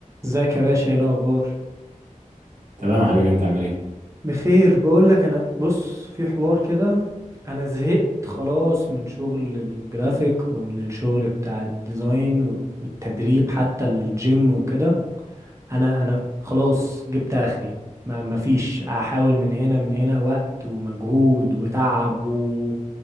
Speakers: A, on the right; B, on the right.
A: ازيك يا باشا ايه الاخبار
B: تمام حبيبي انت عامل ايه
A: بخير بقول لك انا بص في حوار كده انا زهقت خلاص من شغل الجرافيك ومن الشغل بتاع الديزاين و- والتدريب حتى الجيم وكده انا انا خلاص جبت اخري ما ما فيش احاول من هنا من هنا وقت ومجهود وتعب و...